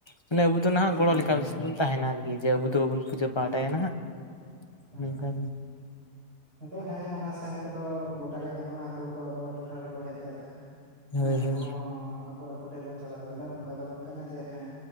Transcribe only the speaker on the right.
ᱦᱮᱸ
ᱦᱮᱸ
ᱦᱮᱸ
ᱦᱮᱸ
ᱦᱮᱸ
ᱦᱮᱸ
ᱟᱫᱚ ᱦᱮᱸ ᱚᱱᱟ ᱥᱮᱱ ᱠᱚᱫᱚ ᱜᱚᱴᱟ ᱜᱮ ᱜᱟᱱᱚᱜᱼᱟ ᱟᱠᱚ ᱦᱚᱸᱠᱚ ᱟᱵᱚᱣᱟᱜ ᱴᱚᱴᱷᱟ ᱨᱮᱠᱚ ᱦᱮᱡ ᱫᱟᱲᱮᱜᱼᱟ ᱦᱮᱸ
ᱟᱵᱚ
ᱦᱚᱸ ᱟᱠᱚ ᱟᱠᱚ ᱴᱷᱮᱡ ᱵᱚᱱ ᱪᱟᱞᱟᱣ ᱫᱟᱲᱮᱭᱟᱜᱼᱟ ᱚᱱᱠᱟ ᱫᱚ ᱵᱟᱝ ᱠᱟᱱᱟ ᱡᱮ ᱦᱮᱸ